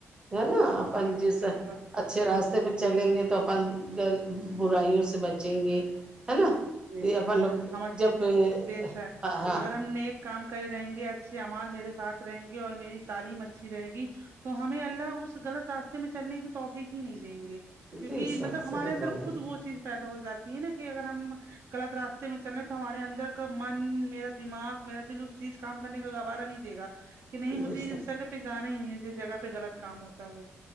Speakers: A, on the right (about 20°); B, on the right (about 65°).
A: ہے نا
B: بالکل
A: اپن جیسے
B: بالکل
A: اچھے راستے پے چلیں گے تو اپن گل برائیوں سے بچیں گے ہے نا
B: بے
A: یہ
B: شک
A: اپن لوگ
B: ہم
A: جب
B: بے شک
A: ہاں
B: اگر ہم نے کام کرے رہیں گے اچھے امال میرے ساتھ رہیں گے اور میری تعلیم اچھی رہے گی تو ہمیں اللہ اس غلط راستے میں چلنے کی توفیق ہی نہیں دیں گے کیونکہ
A: بے شک
B: مطلب
A: صحیح
B: ہمارے اندر
A: بولیں
B: خود
A: گے
B: وہ چیز پیدا ہو جاتی ہے نا کہ اگر ہم غلط راستے میں چلنے تو ہمارے اندر کا من میرا دماغ میرا دل اس چیز کام کرنے کا گوارہ نہیں دے گا کہ نہیں
A: بے
B: مجھے
A: شک
B: اس جگہ پہ جانا ہی نہیں ہے جس جگہ پہ غلط کام ہوتا ہو